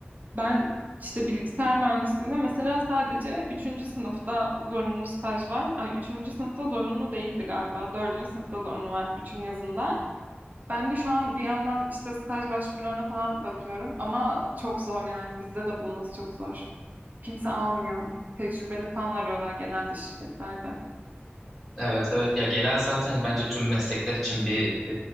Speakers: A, on the right; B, in the centre.
A: Ben işte bilgisayar mühendisliğinde mesela sadece üçüncü sınıfta zorunlu staj var. Ay üçüncü sınıfta zorunlu değildi galiba. Dördüncü sınıfta zorunlu var üçün yazında. Ben de şu an bir yandan işte staj başvurularına falan bakıyorum ama çok zor yani bizde de bulması çok zor. Kimse almıyor. Tecrübeli falan arıyorlar genelde şirketlerde.
B: Evet evet ya genel zaten bence tüm meslekler için bir